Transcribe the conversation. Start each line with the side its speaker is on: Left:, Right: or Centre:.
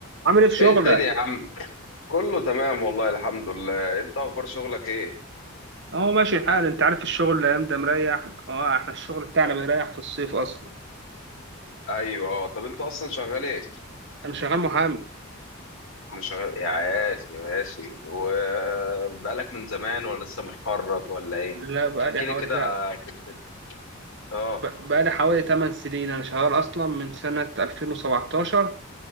Right: عامل ايه في شغلك؟
Left: ايه الدنيا يا عم كله تمام والله الحمد لله انت اخبار شغلك ايه
Right: اهو ماشي الحال انت عارف الشغل الايام ده مريح اه احنا الشغل بتاعنا
Left: اه
Right: بيريح في الصيف اصلا
Left: ايوه اه طب انت اصلا شغال ايه
Right: انا شغال محامي
Left: مش شغال يا عاشي ماشي وبقالك من زمان ولا لسه متخرج ولا ايه
Right: لا بقالي
Left: وتحكي
Right: حوالي
Left: لي كده
Right: لا
Left: قصتك. اه
Right: ب- بقالي حوالي 8 سنين انا شغال اصلا من سنة 2017